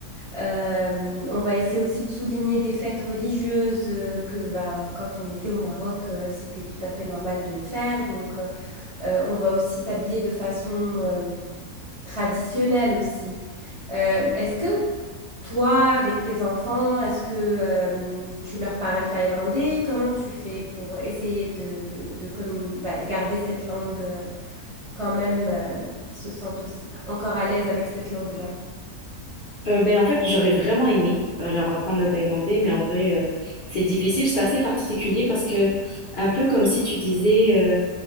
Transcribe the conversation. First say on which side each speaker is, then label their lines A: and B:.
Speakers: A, on the right; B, on the left.
A: Euh, on va essayer aussi de souligner des fêtes religieuses euh, que, ben, quand on était au Maroc, euh, c'était tout à fait normal de le faire. Donc, euh, euh, on va aussi s'habiller de façon euh, traditionnel aussi. Euh, est-ce que toi, avec tes enfants, est-ce que euh, tu leur parles thaïlandais? Comment tu fais pour essayer de, de, de, communi- bah, de garder cette langue euh, quand même, euh, qu'ils se sentent aussi- encore à l'aise avec cette langue-là?
B: Euh, ben, en fait, j'aurais vraiment aimé euh, leur apprendre le thaïlandais, mais en vrai, euh, c'est difficile. C'est assez particulier parce que, un peu comme si tu disais, euh,